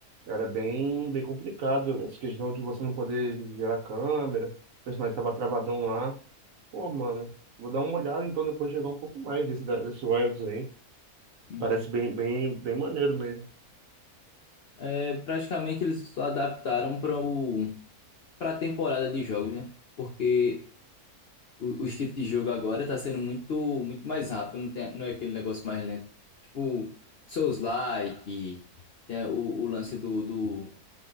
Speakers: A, on the right; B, on the left.
A: era bem, bem complicado. Essa questão de você não poder gerar câmera, o personagem estava travadão lá. Pô, mano, vou dar uma olhada então depois de jogar um pouco mais desse, da- desse Wilds aí.
B: Uhum.
A: Parece bem, bem, bem maneiro mesmo.
B: É, praticamente eles só adaptaram para o para a temporada de jogos, né? Porque o- os tipos de jogo agora tá sendo muito muito mais rápido, não tem, não é aquele negócio mais lento. Tipo Souls-like, tem o, o lance do, do,